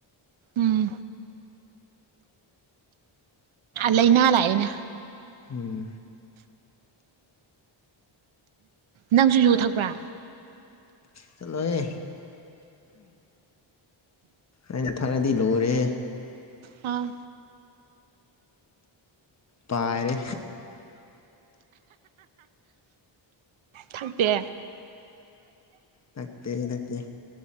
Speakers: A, on the right; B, on the left.
A: ꯎꯝ ꯂꯩꯥꯅꯥ ꯂꯥꯛꯑꯦꯅꯦ
B: ꯎꯝ
A: ꯅꯪꯁꯨ ꯌꯨ ꯊꯛꯄ꯭ꯔꯥ
B: ꯆꯠꯂꯣ ꯍꯦ ꯑꯩꯅ ꯊꯛꯑꯥꯗꯤ ꯂꯣꯏꯔꯦ
A: ꯑꯥ
B: ꯄꯥꯏꯔꯦ
A: ꯊꯛꯇꯦ
B: ꯅꯛꯇꯦ ꯅꯛꯇꯦ